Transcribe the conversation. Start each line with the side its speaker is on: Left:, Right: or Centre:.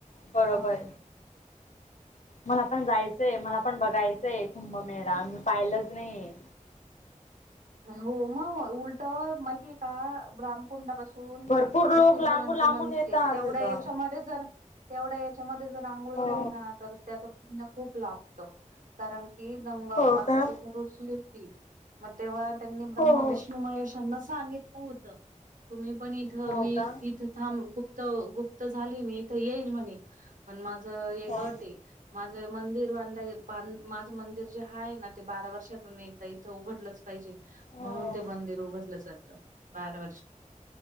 Left: बरोबर
Right: म्हणून
Left: मला पण जायचंय, मला पण बघायचंय, कुंभमेळा मी पाहिलंच नाही.
Right: हो मग उलटं माहितीये का रामकुंडापासून
Left: भरपूर
Right: मोटकेश्वरांचं
Left: लोक लांबून लांबून
Right: मंदिर
Left: येतात
Right: आहे तेवढ्या
Left: तिथं.
Right: याच्यामध्ये जर तेवढ्या याच्यामध्ये जर आंघोळ
Left: हो
Right: केली ना तर त्याच पुण्य खूप लाभतं कारण कि गंगा
Left: हो
Right: माता
Left: का
Right: तिथे रुसली होती मग तेव्हा त्यांनी ब्रह्मा
Left: हो हो.
Right: विष्णू महेशांना सांगितलं होत तुम्ही पण इथ
Left: हो
Right: मी
Left: का
Right: इथ थांब इथं गुप्त झाली मी तर येईल म्हणे पण माझं एक
Left: हो
Right: अट हे माझं मंदिर बांधाय बांध माझं मंदिर जे हा आहे ना ते बारा वर्षातून एकदा इथं उघडलंच पाहिजे
Left: हो
Right: म्हणून ते मंदिर उघडलं जातं बाराव